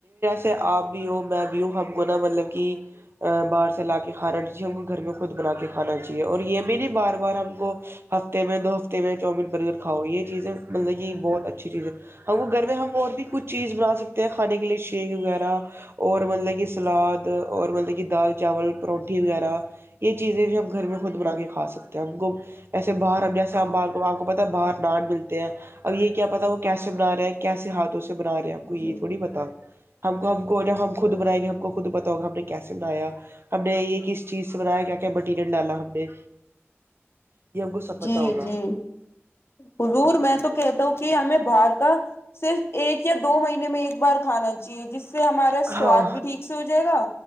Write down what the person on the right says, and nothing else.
<inaudible> ہم کو گھر میں ہم اور بھی کچھ چیز بنا سکتے ہیں کھانے کے لیے شیک وغیرہ اور مطلب یہ سلاد اور بندے کی دال چاول پروٹی وغیرہ یہ چیزیں بھی ہم گھر میں خود بنا کے کھا سکتے ہیں اپ کو ایسے باہر اب جیسے اپ بار کو اپ کو پتہ ہے باہر نان ملتے ہیں اب یہ کیا پتہ وہ کیسے بنا رہا ہے کیسے ہاتھوں سے بنا رہے ہیں اپ کو یہ
تھوڑی بتا اپ کو اپ کو جب ہم خود بنائیں گے ہم کو خود پتہ ہوگا ہم نے کیسے بنایا ہم نے یہ کس چیز سے بنایا گیا کہ مٹیریل ڈالا ہم نے یہ ہم کو سب پتا
ہوگا
ہاں